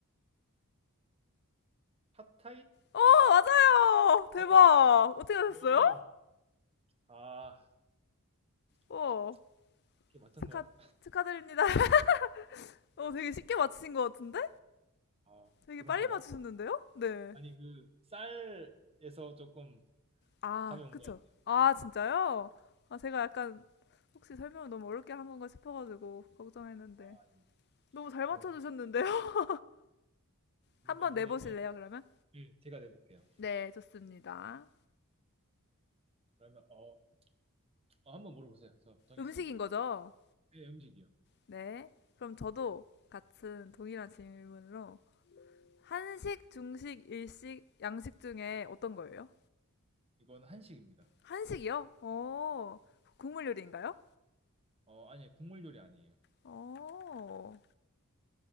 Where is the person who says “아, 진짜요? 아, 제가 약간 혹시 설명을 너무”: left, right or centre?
Left